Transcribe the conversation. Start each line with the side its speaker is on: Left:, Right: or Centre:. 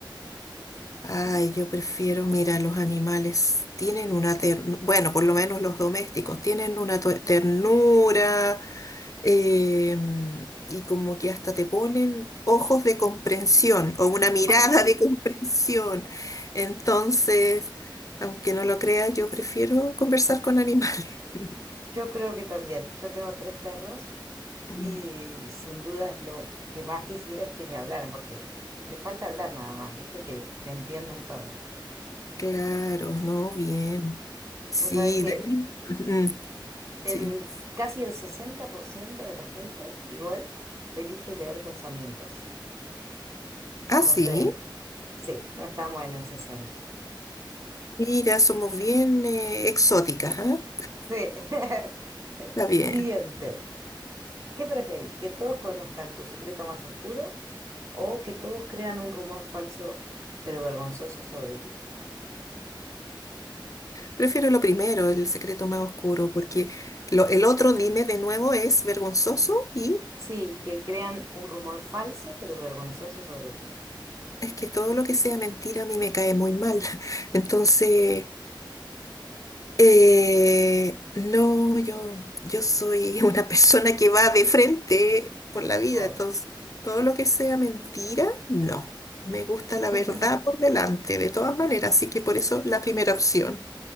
Left: Ay, yo prefiero, mira, los animales tienen una ternura, bueno, por lo menos los domésticos, tienen una to- ternura em, y como que hasta te ponen ojos de comprensión o una mirada
Right: <laughs> Ay, sí.
Left: de <laughs> comprensión. Entonces, aunque no lo creas, yo prefiero conversar con animales. <laughs>
Right: Yo creo que también. Yo tengo tres perros
Left: Mm,
Right: y sin dudas lo que más quisiera es que me hablaran, porque le falta hablar nada más, ¿viste? Que te entiendan todo.
Left: Claro, ¿no? Bien. Sí,
Right: Vos sabés que
Left: Dani. Ujú, <laughs>
Right: El,
Left: Sí.
Right: s- casi el 60% de la gente igual elige leer pensamientos.
Left: Ah,
Right: No
Left: sí.
Right: estoy en... Sí, no estamos en el sesenta
Left: Mira, somos bien eh, exóticas, ¿ah?
Right: Sí. <laughs>
Left: Está bien.
Right: Siguiente. ¿Qué preferís? ¿Que todos conozcan tu secreto más oscuro o que todos crean un rumor falso pero vergonzoso sobre ti?
Left: Prefiero lo primero, el secreto más oscuro, porque lo, el otro, dime de nuevo, es vergonzoso y
Right: Sí, que crean un rumor falso pero vergonzoso sobre ti.
Left: es que todo lo que sea mentira a mí me cae muy mal. <laughs> Entonces, eh, no, yo, yo soy <laughs> una persona que va de frente por la vida,
Right: Claro.
Left: entonces todo lo que sea mentira, no. Me gusta
Right: <laughs>
Left: la verdad por delante, de todas maneras, así que por eso la primera opción.